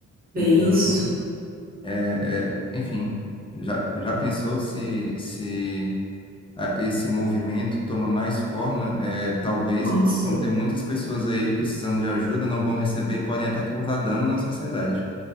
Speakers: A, on the right; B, on the left.
A: bem
B: Então,
A: isso.
B: é, é, enfim, já, já pensou se, se a- esse movimento toma mais forma, é, talvez
A: Nossa.
B: possam ter muitas pessoas aí precisando de ajuda, não vão receber e podem até causar dano na sociedade.